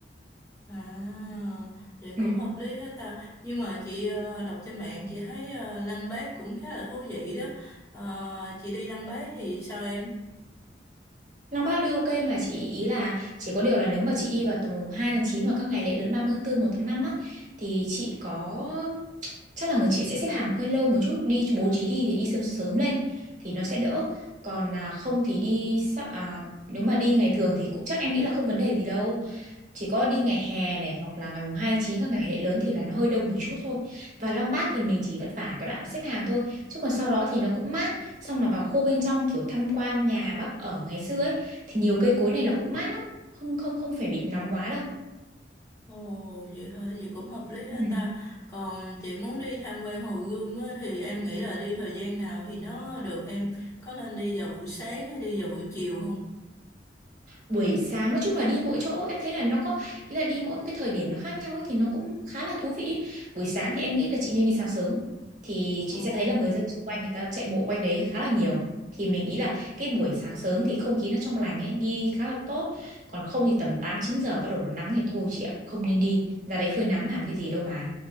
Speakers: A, on the left; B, on the right.
A: À, vậy
B: Ừ.
A: cũng hợp lý hết ta. Nhưng mà chị ờ, đọc trên mạng chị thấy ờ, Lăng Bác cũng khá là thú vị đó. Ờ, chị đi Lăng Bác thì sao em?
B: Long Bác đi ok mà chị ý là chỉ có điều là nếu mà chị đi vào tầm mùng 2 tháng chín hoặc các ngày lễ lớn 30 tháng tư một tháng 5 á thì chị có chắc là người chị sẽ xếp hàng hơi lâu một chút đi bố trí đi thì đi sớm sớm lên thì nó sẽ đỡ còn à, không thì đi sắp à, nếu mà đi ngày thường thì cũng chắc em nghĩ là không vấn đề gì đâu chỉ có đi ngày hè này hoặc là ngày mùng hai tháng chín các ngày lễ lớn thì là nó hơi đông một chút thôi và Lăng Bác thì mình chỉ vất vả cái đoạn xếp hàng thôi chứ còn sau đó thì nó cũng mát xong là vào khu bên trong kiểu tham quan nhà bác ở ngày xưa ấy thì nhiều cây cối này là cũng mát lắm không không không phải bị nóng quá đâu
A: Ồ, vậy hả? Vậy cũng hợp lý hết
B: Ừ.
A: ta. Còn chị muốn đi tham quan Hồ Gươm á, thì em nghĩ là đi thời gian nào thì nó được em. Có nên đi vào buổi sáng hay đi vào buổi chiều không?
B: buổi sáng nói chung là đi mỗi chỗ em thấy là nó có ý là đi mỗi một cái thời điểm nó khác nhau ấy thì nó cũng khá là thú vị ấy. Buổi sáng thì em nghĩ là chị nên đi sáng sớm thì chị
A: Ồ.
B: sẽ thấy là người dân xung quanh người ta chạy bộ quanh đấy khá là nhiều thì mình nghĩ là cái buổi sáng sớm thì không khí nó trong lành ấy đi khá là tốt còn không thì tầm 8 9 giờ bắt đầu nó nắng thì thôi chị ạ không nên đi ra đấy phơi nắng làm cái gì đâu mà